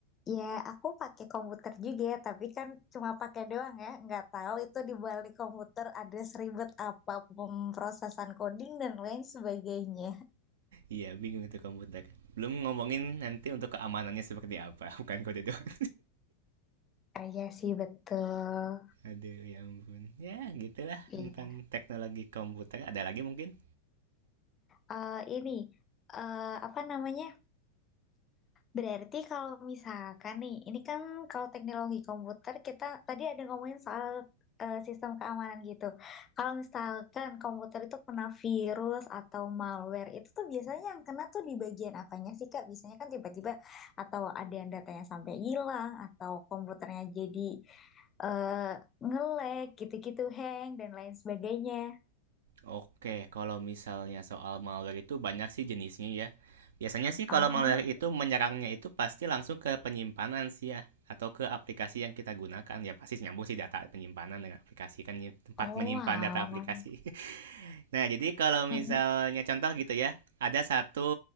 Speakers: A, on the left (about 25°); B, on the right (about 60°).
A: ya aku pakai komputer juga, ya, tapi kan cuma pakai doang ya. Nggak tahu itu di balik komputer ada seribet apa pemrosesan coding dan lain sebagainya.
B: iya <laughs> bingung itu komputer belum ngomongin nanti untuk keamanannya seperti apa <laughs> bukan kode doang
A: Ah, Iya sih betul.
B: Aduh ya ampun. Ya gitulah
A: Iya.
B: tentang teknologi komputer. Ada lagi mungkin?
A: Eh, ini eh, apa namanya? Berarti kalau misalkan nih, ini kan kalau teknologi komputer kita tadi ada ngomongin soal eh, sistem keamanan gitu. Kalau misalkan komputer itu kena virus atau malware, itu tuh biasanya yang kena tuh di bagian apanya sih Kak? Biasanya kan tiba-tiba atau ada yang datanya sampai hilang atau komputernya jadi eh nge-lag gitu-gitu, hang dan lain sebagainya.
B: Oke, kalau misalnya soal malware itu banyak sih jenisnya ya. Biasanya sih
A: Oh,
B: kalau malware itu menyerangnya itu pasti langsung ke penyimpanan sih ya. Atau ke aplikasi yang kita gunakan. Ya pasti nyambung sih data penyimpanan dengan aplikasi kan ya, tempat
A: Oh,
B: menyimpan
A: alah.
B: data aplikasi. <laughs> Nah, jadi kalau misalnya
A: Mm-mm.
B: contoh gitu ya, ada satu